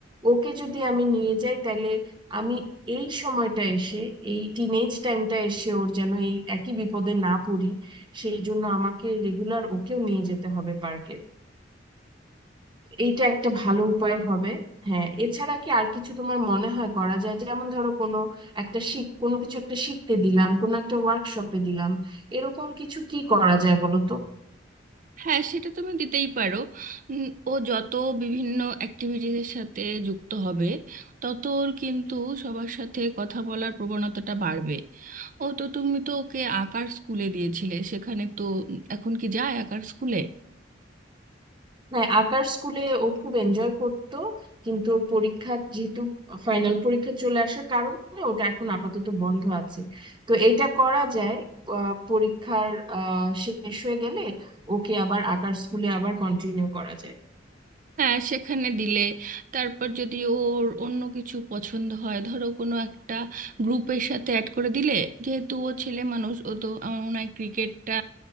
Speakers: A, on the right (about 25°); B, on the right (about 45°).
A: ওকে যদি আমি নিয়ে যাই তাহলে আমি এই সময়টা এসে এই টিনেজ টাইমটা এসে ওর যেন এই একই বিপদে না পড়ি সেই জন্য আমাকে রেগুলার ওকেও নিয়ে যেতে হবে পার্কে এইটা একটা ভালো উপায় হবে হ্যাঁ এছাড়া কি আর কিছু তোমার মনে হয় করা যায় যেমন ধরো কোনো একটা শিখ কোনো কিছু একটা শিখতে দিলাম কোনো একটা ওয়ার্কশপে দিলাম এরকম কিছু কি করা যায় বলো তো
B: হ্যাঁ সেটা তুমি দিতেই পারো উম, ও যত বিভিন্ন অ্যাক্টিভিটিজের সাথে যুক্ত হবে তত ওর কিন্তু সবার সাথে কথা বলার প্রবণতাটা বাড়বে ও তো তুমি তো ওকে আঁকার স্কুলে দিয়েছিলে সেখানে তো উম, এখন কি যায় আঁকার স্কুলে
A: হ্যাঁ আঁকার স্কুলে ও খুব এনজয় করতো কিন্তু ওর পরীক্ষা যেহেতু ফাইনাল পরীক্ষা চলে আসার কারণে ওটা এখন আপাতত বন্ধ আছে তো এটা করা যায় আহ, পরীক্ষার আহ শেষ হয়ে গেলে ওকে আবার আঁকার স্কুলে আবার কন্টিনিউ করা যায়
B: হ্যাঁ সেখানে দিলে তারপর যদি ওর অন্য কিছু পছন্দ হয় ধরো কোনো একটা গ্রুপের সাথে অ্যাড করে দিলে যেহেতু ও ছেলে মানুষ ও তো আমার মনে হয় ক্রিকেটটা